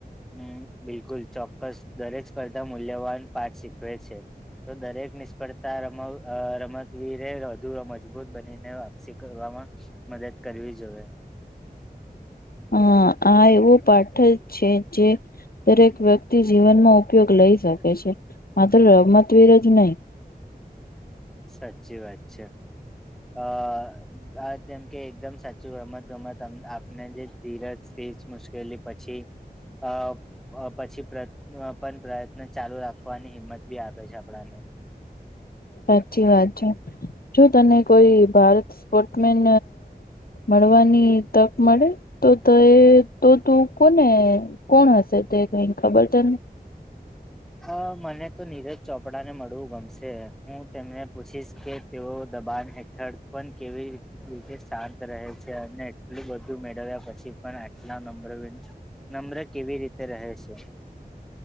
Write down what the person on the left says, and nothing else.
હા, આ એવો પાઠ જ છે જે દરેક વ્યક્તિ જીવનમાં ઉપયોગ લઈ શકે છે, માત્ર રમતવીર જ નહી.
સાચી વાત છે. જો તને કોઈ ભારત સ્પોર્ટમેન મળવાની તક મળે તો તો એ તો તું કોને કોણ હશે તે કઈ ખબર તન